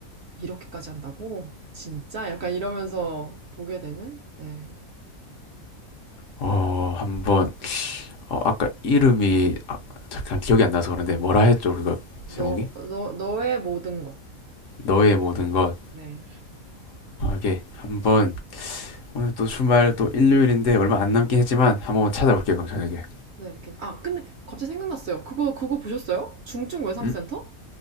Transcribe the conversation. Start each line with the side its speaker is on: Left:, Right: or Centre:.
Right: 이렇게까지 한다고? 진짜? 약간 이러면서 보게 되는? 네.
Left: 어, 한번, 어, 아까 이름이, 아, 잠깐 기억이 안 나서 그런데, 뭐라 했죠, 그거,
Right: 너,
Left: 제목이?
Right: 너, 너의 모든 것.
Left: 너의 모든 것.
Right: 네.
Left: 케이 한번 오늘 또 주말 또 일요일인데 얼마 안 남긴 했지만 한번 찾아볼게요, 그럼 저녁에.
Right: 네. 괜- 아, 근데 갑자기 생각났어요. 그거, 그거 보셨어요? 중증 외상센터?
Left: 음?